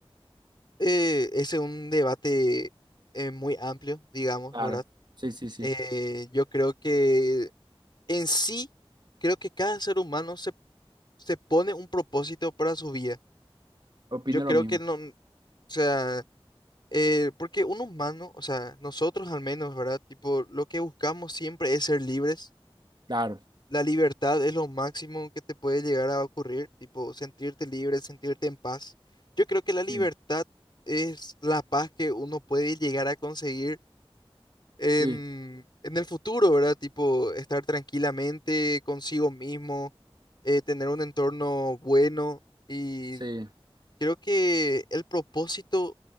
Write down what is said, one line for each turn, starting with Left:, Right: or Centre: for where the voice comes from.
Left: eh, es un debate eh, muy amplio, digamos,
Right: Claro,
Left: ¿verdad?
Right: sí, sí, sí,
Left: Eh, yo creo que en sí, creo que cada ser humano se, se pone un propósito para su vida.
Right: opino
Left: Yo creo
Right: lo mismo,
Left: que no, o sea, eh, porque un humano, o sea, nosotros al menos, ¿verdad? Tipo, lo que buscamos siempre es ser libres.
Right: claro,
Left: La libertad es lo máximo que te puede llegar a ocurrir, tipo, sentirte libre, sentirte en paz. Yo creo que la libertad
Right: sí,
Left: es la paz que uno puede llegar a conseguir en,
Right: sí,
Left: en el futuro, ¿verdad? Tipo, estar tranquilamente consigo mismo, eh, tener un entorno bueno y
Right: sí.
Left: creo que el propósito